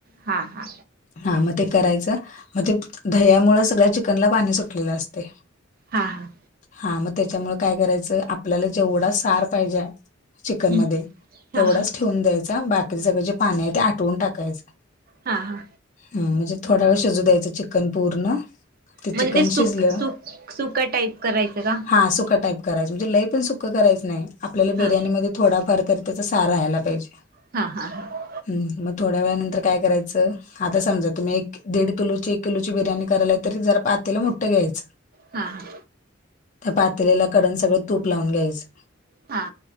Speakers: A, on the right; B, on the left.
A: हा हा.
B: हा मग ते करायचं मग ते दह्यामुळे सगळ्या चिकनला पाणी सुटलेलं असतय.
A: हा हा.
B: हा मग त्याच्यामुळे काय करायचं आपल्याला जेवढा सार पाहिजे चिकनमध्ये
A: हम्म हा
B: तेवढाच
A: हा
B: ठेवून द्यायचा बाकी सगळं जे पाणी आहे ते आठवून टाकायचं.
A: हा हा
B: ह म्हणजे थोडा वेळ शिजू द्यायचं चिकन पूर्ण ते
A: म्हणजेच
B: चिकन शिजलं
A: सुक सुक सुक टाईप करायचं का?
B: हा सुख टाईप करायचं. म्हणजे लय पण सुख करायच नाही. आपल्याला बिर्याणीध्ये
A: हा
B: थोडाफार तरी त्याचा सार राहायला पाहिजे.
A: हा हा हा.
B: हम्म. मग थोड्या वेळा नंतर काय करायचं? आता समजा, तुम्ही एक दीड किलो एक किलोची बिर्याणी करायला. तरी जरा पातेला मोठं घ्यायचं.
A: हा हा.
B: त्या पातील्याला कडन सगळं तूप लावून घ्यायचं.
A: हा.